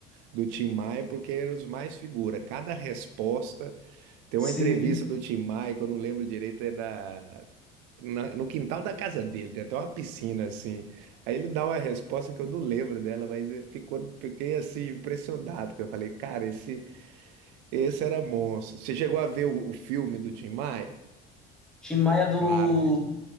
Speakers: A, on the right (about 85°); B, in the centre.
A: do Tim Maia, porque eram os mais figura. Cada resposta. Tem
B: <laughs> sim.
A: uma entrevista do Tim Maia que eu não lembro direito, é da, na- no quintal da casa dele, tem até uma piscina assim. Aí ele dá uma resposta que eu não lembro dela, mas eh, ficou, fiquei assim impressionado, porque eu falei, cara, esse. Esse era monstro. Você chegou a ver o, o filme do Tim Maia?
B: Tim Maia do.
A: Claro, né?